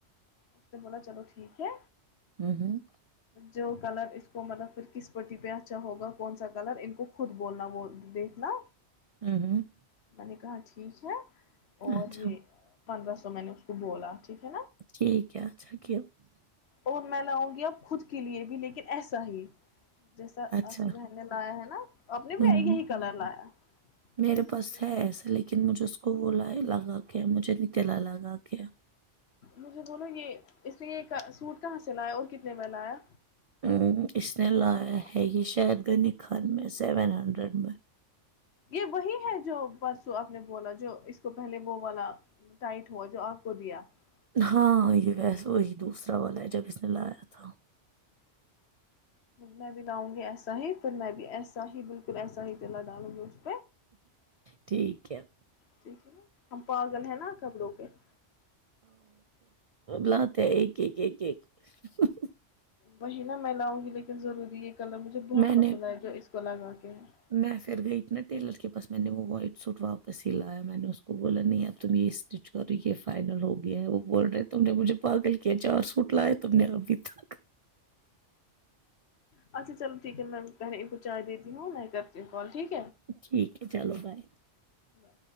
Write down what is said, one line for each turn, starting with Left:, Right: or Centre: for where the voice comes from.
Left: اس نے بولا چلو ٹھیک ہے
Right: <inaudible>
Left: جو کلر اس کو مطلب پ کس پٹی پہ اچھا ہوگا کون سا کلر ان کو خود بولنا وہ دیکھنا
Right: ہوں ہ <inaudible>
Left: میں نے کہااں ٹھیک ہے <unintelligible> اور
Right: اچھا
Left: بھی <unintelligible> پندرہ سو میں نے اس کو بولا ٹھیک ہے <unintelligible>
Right: ٹھیک ہے اچھا کہ <unintelligible>
Left: اور میں لاؤں گییا <unintelligible> خود کے لیے بھی لیکن <unintelligible> ایسا ہی <unintelligible> جیسا
Right: اچھا
Left: آپ کی بہن نے لایا ہے نا اپ نے
Right: ہوں
Left: بھی یہی کلر لایا <unintelligible>
Right: میرے پاس ہے ایسا، لیکن مجھے اس کو وہ ل لگا کے مجھے ن تلا لگا کے <unintelligible>
Left: مجھے بولو یہ اس لیے یہ سوٹ کہاںصین ہے اور <unintelligible> لایا
Right: ہ اس نے لایا ہے یہ شاید <unintelligible> کن خن میں سیون ہنڈریڈ میں <unintelligible>
Left: یہ وہی ہے جو بس <unintelligible> آپ نے بولا جو اس کو پہلے وہ والا ٹائٹ ہوا جو آپ کو دیا <unintelligible>
Right: ہاں یہ ویس وہی دوسرا والا ہے جب اس نے لایا تھا <unintelligible>
Left: میں بھی لاؤں گی ایسا ہی پھر میں بھی ایسا ہی بالکل ایسا ہی تلا ڈالوں گی <unintelligible>
Right: ٹھیک <unintelligible> ا کیا <inaudible>
Left: ٹھیک ہے ن ہم پاگل ہیں نا کبروں پہ <unintelligible>
Right: لات ہے ایک ایک ایک ایک <unintelligible>
Left: وہی نا <inaudible> میں لاؤں گی لیکن ضروری یہ کلر مجھے بہت
Right: میں
Left: پسند
Right: نے
Left: آ ہے جو اس کو لگا کے <unintelligible>
Right: میں پھر گئی تھی نا ٹیلر کے پاس میں نے وہ وائٹ سوٹ واپس ہی لایا میں نے اس کو بولا نہیں اب تم یہ اسٹچ کرو یہ فائنل ہو گیا ہے وہ بول رہے تم نے مجھے پاگل کیا چار سوٹ لائے تم نے ابھی تھک
Left: اچھا چلو ٹھیک ہے مم چائے دیتی ہوں میں کرتی ہوں کال ٹھیک ہے
Right: ٹھیک ہے چلو بائے
Left: بائے۔